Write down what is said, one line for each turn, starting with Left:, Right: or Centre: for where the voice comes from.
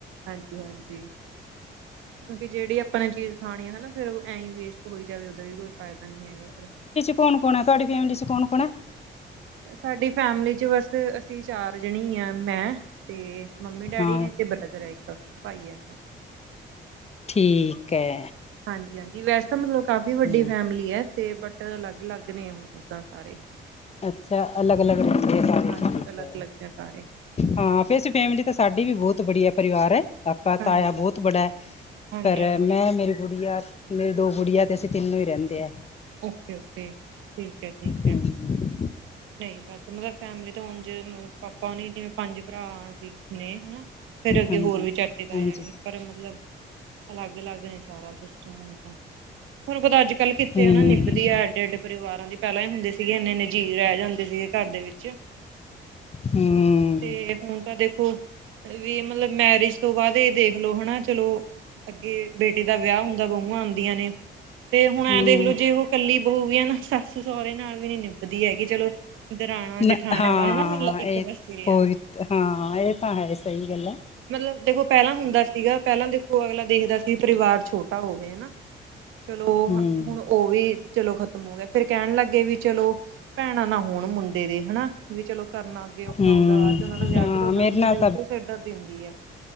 Right: ਹਾਂਜੀ-ਹਾਂਜੀ, ਕਿਉਂਕਿ ਜੇੜੀ ਆਪਾਂ ਨੇ ਚੀਜ਼ ਖਾਣੀ ਆ। ਹਨਾ ਫੇਰ ਓਹ ਐਂ ਹੀ ਵੇਸਟ ਹੋਈ ਜਾਵੇ, ਓਦਾ ਵੀ ਕੋਈ ਫਾਇਦਾ ਨੀ ਹੈਗਾ, ਫਿਰ।
Left: ਕੌਣ-ਕੌਣ ਐ, ਤੁਆਡੀ ਫੈਮਲੀ ਚ ਕੌਣ-ਕੌਣ ਐ?
Right: ਸਾਡੀ ਫੈਮਿਲੀ ਚ ਬਸ, ਅਸੀਂ ਚਾਰ ਜਣੀ ਆਂ। ਮੈਂ ਤੇ, ਮੰਮੀ-ਡੈਡੀ
Left: ਹਾਂ
Right: ਨੇ ਤੇ ਬ੍ਰਦਰ ਐ ਇੱਕ, ਭਾਈ ਐ ਆਪਣਾ।
Left: ਠੀਕ ਐ।
Right: ਹਾਂਜੀ-ਹਾਂਜੀ, ਵੈਸੇ ਤਾਂ ਮਤਲਬ, ਕਾਫ਼ੀ ਵੱਡੀ
Left: ਹਮ
Right: ਫੈਮਿਲੀ ਐ। ਤੇ, ਬਟ ਅਲੱਗ-ਲੱਗ ਨੇ ਹੁਣ ਓਦਾਂ ਸਾਰੇ।
Left: ਅੱਛਾ, ਅਲਗ-ਅਲੱਗ ਰੈੰਦੇ ਦੇ ਸਾਰੇ
Right: ਹਾਂਜੀ
Left: ਠੀਕ
Right: ਅਲੱਗ
Left: ਐ।
Right: ਅਲੱਗ ਨੇ ਸਾਰੇ
Left: ਹਾਂ, ਵੈਸੇ ਫੈਮਿਲੀ ਤਾਂ ਸਾਡੀ ਵੀ ਬੌਤ ਬੜੀਆ ਪਰਿਵਾਰ ਐ। ਕਾਕਾ,
Right: ਹਾਂਜੀ
Left: ਤਾਯਾ ਬੌਤ ਬੜੈ।
Right: ਹਾਂਜੀ
Left: ਪਰ
Right: ਹਾਂਜੀ
Left: ਮੈਂ, ਮੇਰੀ ਗੁੜੀਆ ਮੇਰੀ ਦੋ ਗੁੜੀਆਂ ਤੇ ਅਸੀਂ ਤਿੰਨੋਂ ਈ ਰੈੰਦੇ ਐ।
Right: ਓਕੇ-ਓਕੇ, ਠੀਕ ਐ, ਠੀਕ
Left: ਹੂੰ
Right: ਐ। ਨਹੀਂ, ਬਸ ਮਲਬ ਫੈਮਿਲੀ ਤਾਂ ਹੁੰਝ ਨੂੰ ਪਾਪਾ ਹੁਣੀ, ਜਿਵੇਂ ਪੰਜ ਭਰਾ ਸੀ, ਨੇ ਹਨਾ। ਫਿਰ ਅੱਗੇ
Left: ਹਾਂਜੀ
Right: ਹੋਰ ਵੀ ਚਾਚੇ ਤਾਂਏ
Left: ਹਾਂਜੀ
Right: ਹੈਗੇ ਨੇ। ਪਰ ਓ ਮਤਲਬ ਅਲਗ-ਅਲਗ ਨੇ ਸਾਰਾ ਸਿਸਟਮ ਹੁਣ ਤਾਂ ਥੋਨੂੰ ਪਤਾ ਅੱਜ-ਕੱਲ ਕਿ ਤੇ
Left: ਹੂੰ
Right: ਹਨਾ ਨਿਭਦੀ ਹੈ ਐਡੇ-ਐਡੇ ਪਰਿਵਾਰਾਂ ਦੀ ਪੈਲਾਂ ਈ ਹੁੰਦੇ ਸੀਗੇ ਇੰਨੇ-ਇੰਨੇ ਜੀਅ ਰੈ ਜਾਂਦੇ ਸੀਗੇ ਘੱਰ ਦੇ ਵਿੱਚ।
Left: ਹੂੰ
Right: ਤੇ ਹੁਣ ਤਾਂ ਦੇਖੋ ਵੀ ਮਤਲਬ ਮੈਰਿਜ ਤੋਂ ਬਾਦ ਏ ਦੇਖਲੋ ਹਨਾ ਚਲੋ ਅੱਗੇ ਬੇਟੇ ਦਾ ਵਿਆਹ ਹੁੰਦਾ ਬਹੁਆ ਆਦੀਆਂ ਨੇ। ਤੇ ਹੁਣ ਐ
Left: ਹੂੰ
Right: ਦੇਖ ਲੋੋ ਜੇ ਉਹ ਕੱਲੀ ਬਹੁੂ ਵੀ ਆ ਨਾ ਸੱਸ-ਸੋਹਰੇ ਨਾਲ ਵੀ ਨੀ ਨਿਭ ਧੀ ਹੈਗੀ ਚਲੋ ਦਰਾਣਾ-ਜਠਾਣਾ
Left: ਨ ਹਾਂ
Right: ਦਾ ਹਨਾ ਇੱਕ
Left: ਇਹ
Right: ਪਾਸੇ ਰਿਹਾ।
Left: ਕੋਈ ਹਾਂ ਐ ਤਾਂ ਹੈ ਸਹੀ ਗੱਲ ਆ।
Right: ਮਤਲਬ ਦੇਖੋ ਪੈਲਾ ਹੁੰਦਾ ਸੀਗਾ ਪੈਲਾ ਦੇ ਉਹ ਅਗਲਾ ਦੇਖਦਾ ਸੀ ਪਰਿਵਾਰ ਛੋਟਾ ਹੋਵੇ ਹਨਾ ਚਲੋ
Left: ਹੂੰ
Right: ਓ ਵੀ ਚਲੋ ਖ਼ਤਮ ਹੋ ਗਿਆ ਫੇਰ ਕੈਣ ਲੱਗ ਗਏ ਵੀ ਚਲੋ ਭੈਣਾ ਨਾ ਹੋਣ ਮੁੰਡੇ ਦੀ ਹਨਾ ਵੀ ਚਲੋ ਕਰਨਾ ਅੱਗੇ ਔਖਾ
Left: ਹੂੰ
Right: ਹੁੰਦਾ ਅੱਜ ਉਹਨਾ ਨੂੰ ਵਿਆਹ
Left: ਹਾਂ
Right: ਕੇ ਤੇ ਉਹਨਾਂ
Left: ਮੇਰੇ
Right: ਦੇ ਮੁੰਡੇ
Left: ਨਾਲ
Right: ਦੇ ਉਤੇ ਸਿਰਦਰਦੀ ਹੂੰਦੀ ਐ।